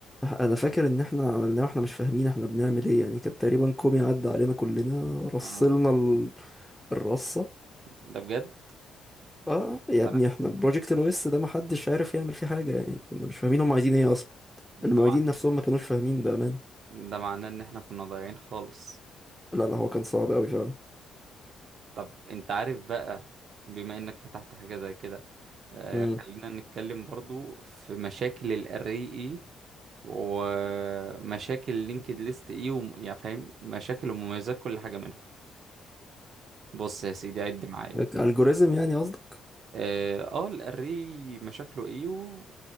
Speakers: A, in the centre; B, on the right.
A: انا فاكر ان احنا عملناه واحنا مش فاهمين احنا بنعمل ايه يعني كان تقريبا كومي عدى علينا كلنا رصلنا
B: اه
A: ال... الرصه
B: ده بجد
A: اه يا
B: عارف
A: ابني احنا بروجكت الاو اس ده محدش عارف يعمل فيه حاجه يعني كنا مش فاهمين هم عايزين ايه اصلا
B: ده
A: المعيدين
B: مع...
A: نفسهم ما كانوش فاهمين بامانه
B: ده معناه ان احنا كنا ضايعين خالص
A: لا لا هو كان صعب قوي فعلا
B: طب انت عارف بقى بما انك فتحت حاجة زي كده آه
A: امم
B: خلينا نتكلم برضو في مشاكل الاري اي ومشاكل لينكد ليست ايه وم... يعني فاهم مشاكل ومميزات كل حاجة منهم بص يا سيدي عد معايا
A: الجوريزم يعني قصدك
B: اه آه، الاري مشاكله ايه و...